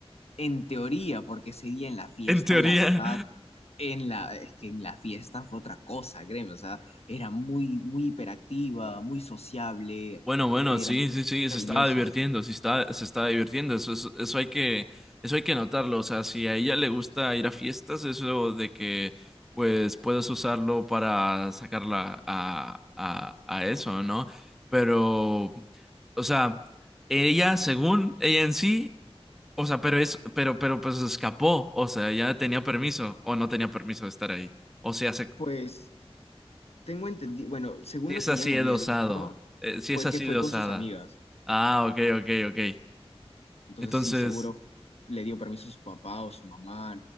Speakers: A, on the left; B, in the centre.
A: En teoría, porque ese día en la fiesta,
B: en teoría.
A: la verdad, en la, es que en la fiesta fue otra cosa, créeme, o sea, era muy, muy hiperactiva, muy sociable,
B: Bueno, bueno,
A: era
B: sí,
A: muy
B: sí, sí,
A: cariñosa.
B: se estaba divirtiendo, sí está, se estaba divirtiendo, eso, es- eso, hay que, eso hay que notarlo, o sea, si a ella le gusta ir a fiestas, eso de que, pues, puedes usarlo para sacarla a, a, a eso, ¿no? Pero, o sea, ella, según ella en sí, o sea, pero es, pero, pero, pues, escapó, o sea, ya tenía permiso o no tenía permiso de estar ahí, o sea, se,
A: Pues tengo entendido, bueno, según
B: si
A: lo
B: es
A: que
B: así
A: ella me
B: de
A: había
B: osado.
A: dicho,
B: Eh, si
A: fue
B: es así
A: que fue
B: de
A: con
B: osada.
A: sus amigas.
B: Ah, ok, ok, ok.
A: Entonces
B: Entonces,
A: sí, seguro le dio permiso a su papá o su mamá.